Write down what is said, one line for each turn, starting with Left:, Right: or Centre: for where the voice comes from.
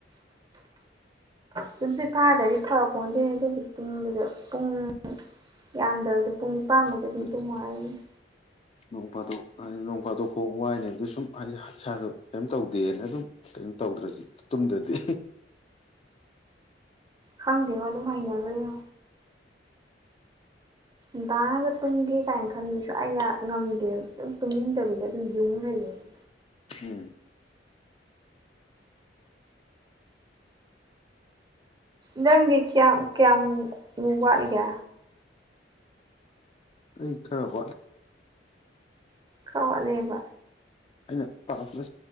Right: ꯇꯝꯁꯤꯠ ꯐꯥꯗ꯭ꯔꯗꯤ ꯐꯞ ꯄꯣꯟꯇꯦ ꯑꯗꯨꯕꯨ ꯇꯨꯝꯕꯗ ꯄꯨꯡ ꯌꯥꯝꯗ꯭ꯔꯕꯗ ꯄꯨꯡ ꯅꯤꯄꯥꯟꯃꯨꯛꯇꯤ
Left: ꯑꯗꯨꯅꯤ
Right: ꯑꯗꯨꯝ ꯇꯨꯝꯃꯨ ꯍꯥꯏꯕꯅꯤ
Left: ꯅꯣꯡ ꯐꯥꯗꯣꯛ ꯍꯥꯏꯗꯤ ꯅꯣꯡ ꯐꯥꯗꯣꯛ ꯐꯥꯎ ꯋꯥꯏꯅꯦꯕ ꯗꯣ ꯁꯨꯝ ꯍꯥꯏꯗꯤ ꯏꯁꯥꯗꯣ ꯀꯩꯝ ꯇꯧꯗꯦꯅ ꯑꯗꯨꯝ ꯀꯩꯝ ꯇꯧꯗ꯭ꯔꯁꯨ ꯇꯨꯝꯗ꯭ꯔꯗꯤ
Right: ꯈꯪꯗꯦꯕꯣ ꯑꯗꯨꯝ ꯍꯩꯅꯒ꯭ꯔꯦꯉꯣ ꯉꯟꯇꯥꯔꯒ ꯇꯨꯝꯒꯦ ꯀꯥꯏꯅ ꯈꯟꯕ ꯁꯨꯡꯌꯥ ꯌꯥ ꯑꯩ ꯉꯝꯗꯦꯕ ꯑꯗꯨꯝ ꯇꯨꯝꯅꯤꯡꯗꯕꯤꯗ ꯑꯗꯨꯝ ꯌꯨꯡ ꯂꯩꯕꯅꯤ
Left: ꯎꯝ
Right: ꯅꯪꯗꯤ ꯀꯤꯌꯥꯝ ꯀꯤꯌꯥꯝ ꯋꯥꯠꯂꯤꯒꯦ
Left: ꯑꯩ ꯈꯔ ꯋꯥꯠꯂꯤ
Right: ꯈꯔ ꯋꯥꯠꯂꯤꯌꯦꯕ
Left: ꯑꯩꯅ ꯄꯥꯛꯅ